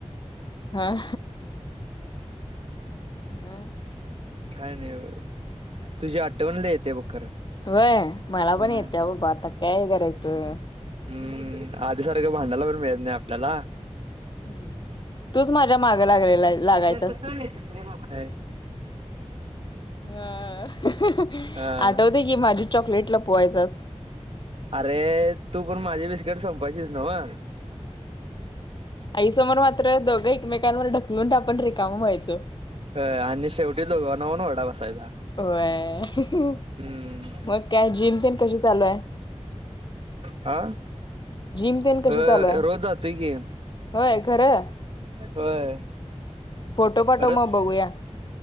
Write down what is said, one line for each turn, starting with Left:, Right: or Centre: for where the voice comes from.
Left: ह मग?
Right: काय नाही बघा तुझी आठवणं लय येती बघ खरं
Left: होय मला
Right: हम्म
Left: पण येते बाबा आता काय करायचं?
Right: हम्म आधी सारखं भांडायला पण मिळत नाही आपल्याला
Left: हम्म तूच माझ्या मागं लागलेला लागायचं
Right: कस नाही तुसरे बाबा <unintelligible>
Left: हम्म
Right: हा
Left: आठवते की माझी चॉकलेटला लपवायचास
Right: अरे तू पण माझी बिस्किट सपवून संपायची नव्ह.
Left: आई समोर मात्र दोघं एकमेका ढकलून तर आपण रिकामा व्हायचो
Right: अ आणि शेवटी दोघांना पण ओरडा बसायचा.
Left: होय
Right: हम्म
Left: मग काय जिम तेन कशी चालू आहे?
Right: हा
Left: जिम तेन
Right: अ
Left: कशी चालू आहे?
Right: रोज जातोय की
Left: होय खरं
Right: होय
Left: फोटो पाठव
Right: खरंच.
Left: मग बघूया.